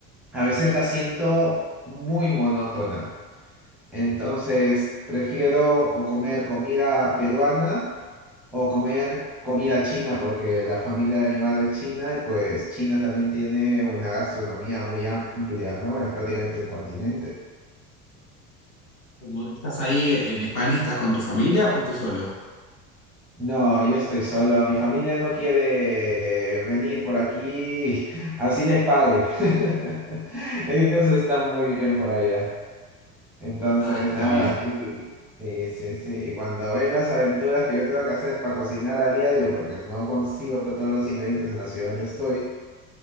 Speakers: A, in the centre; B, on the left.
A: a veces la siento muy monótona. Entonces, prefiero o comer comida peruana o comer comida china, porque la familia de mi madre es china y pues China también tiene una gastronomía muy amplia, ¿no? Es prácticamente un continente.
B: Como estás ahí en España, ¿estás con tu familia o fuiste solo?
A: No, yo estoy solo. Mi familia no quiere eh, venir por aquí, <laughs> así les pague. <laughs> Ellos están muy bien por allá. Entonces,
B: Ah, está
A: nada,
B: bien.
A: y sí, sí, sí, Y cuando ven las aventuras que yo tengo que hacer para cocinar a diario, porque no consigo todos los ingredientes en la ciudad donde estoy,